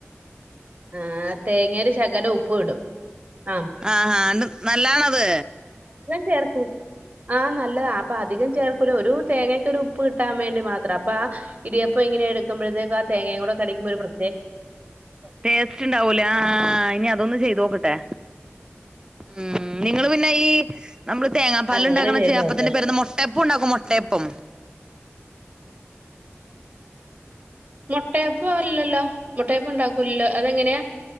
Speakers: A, on the right; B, on the right.
A: ആഹ് തേങ്ങേല് ശകലം ഉപ്പു ഇടും ആ
B: ആഹ് ആ അത് നല്ലതാണോ അത്
A: ചേർക്കു ആഹ് നല്ലതാ അപ്പൊ അധികം ചേർക്കൂല ഒരു തേങ്ങ ഒരു ഉപ്പ് കിട്ടാൻ വേണ്ടി മാത്രം അപ്പ ആ ഇടിയപ്പം ഇങ്ങനെ എടുക്കുമ്പഴത്തേക്ക് ആ തേങ്ങയും കൂടെ കടിക്കുമ്പ ഒരു പ്ര
B: ടേസ്റ്റ് ഉണ്ടാവൂലേ ആ ഇനി അതൊന്ന് ചെയ്ത് നോക്ക ട്ടെ ഉം നിങ്ങള് പിന്നെ ഈ നമ്മള് തേങ്ങാപ്പാലിൽ
A: അങ്ങനെ
B: ഉണ്ടാക്കണ
A: ചെയ്ത്
B: അപ്പത്തിന്റെ
A: നോക്ക്.
B: പേരെന്താ മുട്ടപ്പം ഉണ്ടാക്കും മുട്ടയപ്പം
A: മുട്ടയപ്പം അല്ലല്ലോ. മുട്ടയപ്പം ഉണ്ടാക്കൂലല്ലോ. അതെങ്ങനെയാ?